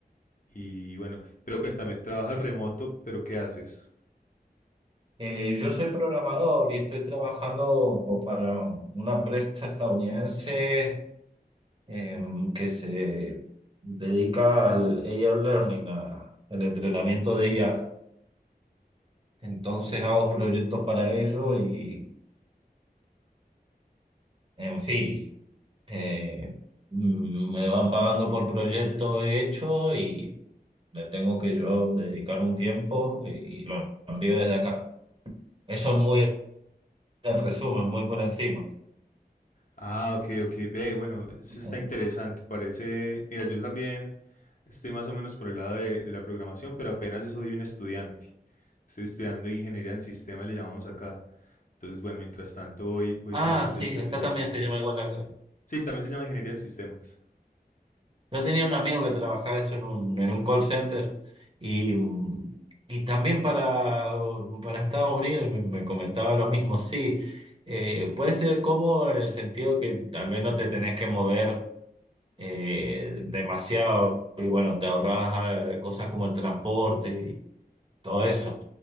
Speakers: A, on the left; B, on the right.
A: Y bueno, pero cuéntame, trabajas remoto, pero ¿qué haces?
B: Eh, yo soy programador y estoy trabajando para una empresa estadounidense em, que se dedica al AI Learning, a- al entrenamiento de IA. Entonces hago proyectos para ello y, en fin, eh, mm, me van pagando por proyecto hecho y le tengo que yo dedicar un tiempo y lo envío desde acá. Eso es muy el resumen, muy por encima.
A: Ah, ok, ok. Ve, bueno, eso está
B: Así.
A: interesante. Parece, mira, yo también estoy más o menos por el lado de, de la programación, pero apenas soy un estudiante. Estoy estudiando ingeniería en sistemas, le llamamos acá. Entonces, bueno, mientras tanto voy, voy
B: Ah,
A: trabajando
B: sí,
A: en servicio
B: acá también
A: al cliente.
B: se llama igual la,
A: Sí, también se llama ingeniería en sistemas.
B: Yo tenía un amigo que trabajaba eso en un, en un call center y, mm, y también para, para Estados Unidos y me, me comentaba lo mismo. Sí, eh, puede ser cómodo en el sentido que tal vez no te tenés que mover eh, demasiado y bueno, te ahorras eh, cosas como el transporte y todo eso.